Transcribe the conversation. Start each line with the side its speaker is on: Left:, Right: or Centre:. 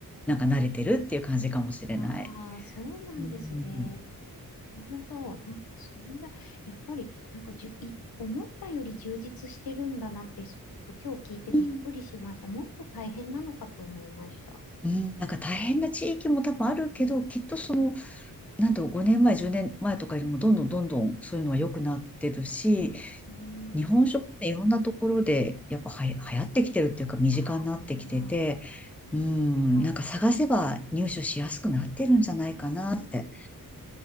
Centre: なんか慣れてるっていう感じかもしれない。
Left: ああー、そうなんですね。
Centre: うん。
Left: なるほど。なんかそんな、やっぱり、なんかじゅ、い、思ったより充実してるんだなって、ちょっと今日聞いてびっくりしました。
Centre: うん
Left: もっと大変なのかと思いました。
Centre: うん、なんか大変な地域も多分あるけど、
Left: うん、
Centre: きっとその
Left: うん、
Centre: なんと5年前、10年前とかよりもどんどんどんどんそういうのは良くなってるし、
Left: うん、うん、うん。うん、
Centre: 日本食っていろんなところでやっぱはや流行ってきてるっていうか身近になってきてて、
Left: ああ、まあ、
Centre: うん、
Left: そうなんです。
Centre: なんか探せば入手しやすくなってるんじゃないかなって。
Left: うん、な